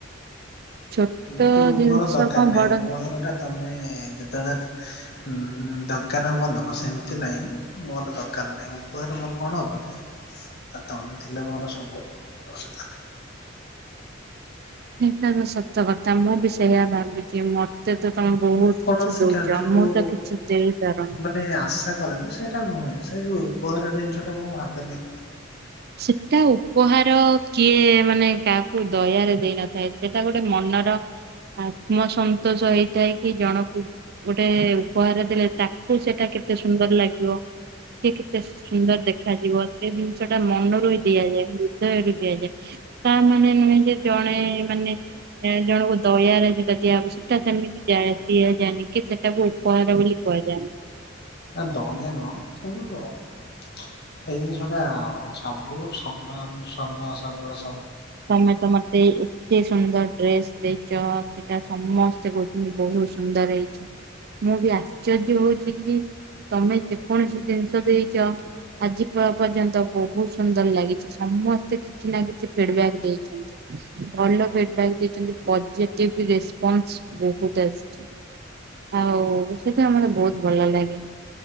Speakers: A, on the right; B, on the left.
A: ଛୋଟ
B: କିନ୍ତୁ
A: ଜିନିଷ
B: ମୋର ଦରକାର
A: କଣ
B: ନାହିଁ
A: ବଡ
B: ଉପହାର
A: ଜିନିଷ
B: ଟା ତମେ ଯେତେବେଳେ ଉଁ ଦକାର ହବ ଦେବ ସେମିତି ନାହିଁ ମୋର ଦରକାର ନାହିଁ ରେ ମୋର କଣ ହବ ଯେ ଆ ତମେ ଥିଲେ ମୋର ସବୁରେ
A: ସେଇଟା ତ ସତ କଥା ମୁଁ ବି ସେଇଆ ଭାବିଛି ମ ଏତେ ତ ତମେ ବହୁତ
B: ମୁଁ କୌଣସି
A: କିଛି ଦଉଛ
B: କାଠରୁ
A: ମୁଁ ତ କିଛି ଦେଇପାରୁନି
B: ମାନେ ଆଶା ସେଇଟା ନୁହେଁ ସେ ଯୋଉ ଉପହାର ଜିନିଷ ଟା ମୁଁ ଭାବନି
A: ସେଟା ଉପହାର କିଏ ମାନେ କାହାକୁ ଦୟାରେ ଦେଇ ନଥାଏ ସେଟା ଗୋଟେ ମନର ଆତ୍ମସନ୍ତୋଷ ହେଇଥାଏ କି ଜଣକୁ ଗୋଟେ ଉପହାର ଦେଲେ ତାକୁ ସେଇଟା କେେ କେତେ ସୁନ୍ଦର ଲାଗିବ ସେ କେତେ ସୁନ୍ଦର ଦେଖାଯିବ ସେ ଜିନିଷ ା ମନରୁ ଦିଆଯାଏ ହୃଦୟରୁୁ ଦିଆଯାଏ ତା ମାନେ ନୁହେଁ ଯେ ଜଣେ ମାନେ ଜଣଙ୍କୁ ଦୟାରେ ସେ ଦିଆବ ସେଟ ସେମିତି ଯା ଦିଆଯାଏନି କି ସେଟାକୁ ଉପହାର ବୋଲି କ କ ଯା
B: ନା ଦହ ନ କେ ଏଇ ଜିନିଷଟା ସବୁ ସମାନ ସବୁୁଡ
A: ତମେ ତ ମତେ ଏତେ ସୁନ୍ଦର ଡ୍ରେସ୍ ଦେଇଛ ସେଟା ସମସ୍ତେ କହୁଛନ୍ତି ବହୁତ ସୁନ୍ଦର ହେଇଛ ମୁଁ ବି ଆଶ୍ଚର୍ଯ୍ୟ ହଉଛି କି ତମେ ଯେକୌଣସି ଜିନିଷ ଦେଇଛ ଆଜି ପର୍ଯ୍ୟନ୍ତ ବହୁତ ସୁନ୍ଦର ଲାଗିଛି ସମସ୍ତେ କିଛି ନା କିଛି ଫିଡବକ୍ ଭଲ ଫିଡକ୍ ଦେଇଛନ୍ତି ପଜିଟିଭ ରେସ୍ପନ୍ସ ବହୁତ ଆସିଛି
B: ହ
A: ହଉ ସେଟା ଆମର ବହୁତ ଭଲ ଲାଗେ